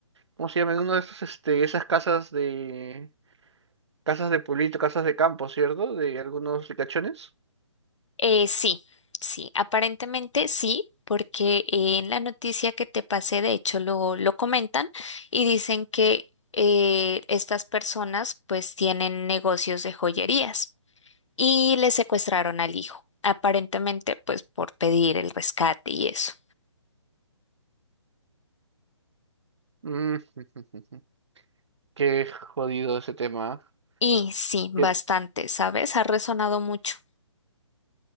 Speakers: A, on the right (about 65°); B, on the left (about 70°).
A: ¿cómo se llama? En uno de esos, este, esas casas de, casas de pueblito, casas de campo, ¿cierto? De algunos ricachones.
B: Eh, sí, sí, aparentemente sí, porque eh, en la noticia que te pasé, de hecho, lo, lo comentan y dicen que eh, estas personas pues tienen negocios de joyerías y le secuestraron al hijo, aparentemente pues por pedir el rescate y eso.
A: Mm. <laughs> Qué jodido ese tema.
B: Y sí, bastante,
A: Que
B: ¿sabes? Ha resonado mucho.